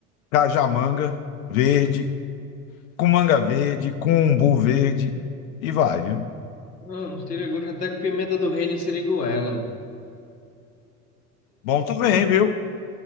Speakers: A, on the left; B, on the left.
A: cajamanga verde, com manga verde, com umbu verde. E vai, viu?
B: não, uns tira-gosto até com pimenta do reino e siriguela.
A: Bom também, viu?